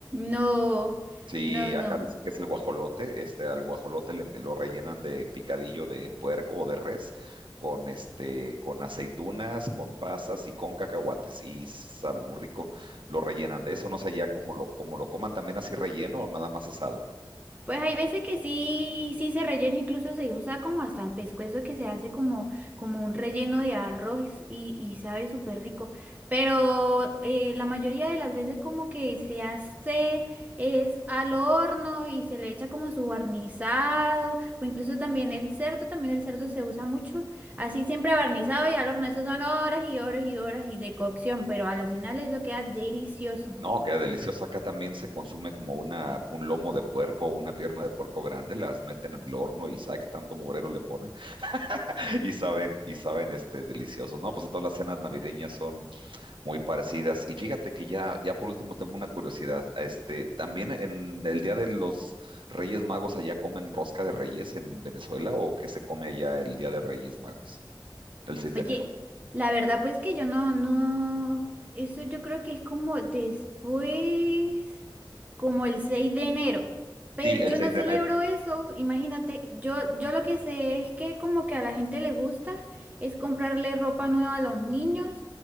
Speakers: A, on the right; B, on the right.
A: No,
B: Sí,
A: no, no.
B: acá dicen que es el guajolote. Este, al guajolote le, lo rellenan de picadillo de puerco o de res, con este, con aceitunas, con pasas y con cacahuates. Y sabe muy rico. Lo rellenan de eso. No sé ya cómo lo, cómo lo coman también así relleno o nada más asado.
A: Pues hay veces que sí, sí se rellena, incluso se usa como hasta el pescuezo que se hace como, como un relleno de arroz y, y sabe súper rico. Pero eh, la mayoría de las veces como que se hace es al horno y se le echa como su barnizado o incluso también el cerdo, también el cerdo se usa mucho. Así siempre barnizado y al horno, eso son horas y horas y horas y de cocción, pero al final eso queda delicioso.
B: No, queda delicioso. Acá también se consume como una, un lomo de puerco o una pierna de puerco grande. Las meten al horno y sabe qué tanto mugrero le ponen. <laughs> Y saben, y saben, este, deliciosos. No, pues todas las cenas navideñas son muy parecidas. Y fíjate que ya, ya por último tengo una curiosidad. Este, también en el Día de los Reyes Magos, ¿allá comen rosca de reyes en Venezuela o qué se come allá el Día de Reyes Magos? El 6
A: Oye,
B: de enero.
A: la verdad pues que yo no, no, eso yo creo que es como después, como el 6 de enero, pero
B: Sí,
A: yo
B: el seis
A: no celebro
B: de enero.
A: eso, imagínate, yo, yo lo que sé es que como que a la gente le gusta es comprarle ropa nueva a los niños